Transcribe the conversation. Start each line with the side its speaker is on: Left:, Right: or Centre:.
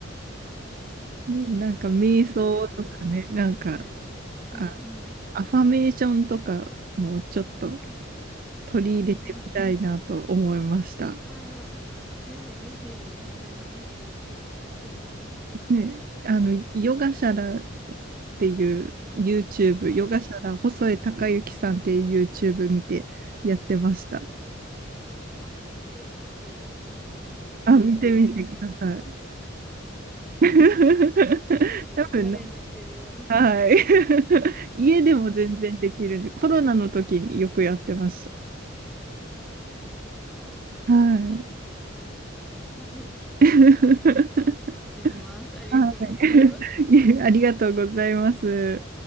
Right: でもなんか、瞑想とかね、
Centre: いや、ありがとうございます。
Right: なんか、
Centre: はい。
Right: あ、
Centre: うんうん。
Right: アファメーションとかもちょっと
Centre: はい。
Right: 取り入れてみたいなと思いました。
Centre: うんうん。ああ、ぜひぜひやってみましょう。私もやってみます。
Right: ね、あの、ヨガシャラっていう YouTube、ヨガシャラ細江貴之さんっていう
Centre: はい。
Right: YouTube 見てやってました。
Centre: はい。あ、え、ちょっと見てみます。
Right: あ、
Centre: ヨガ、
Right: 見てみてください。
Centre: ヨガシャドウ。
Right: <laughs>
Centre: ちょっとチャレンジしてみます。
Right: 多分ね、はい。<laughs> 家でも全然できるんで、コロナの時によくやってまし
Centre: なるほど。
Right: た。はい。
Centre: ね、ちょっと。<laughs>
Right: <laughs>
Centre: やってみます。ありがとうございます。
Right: はい。<laughs> ありがとうございます。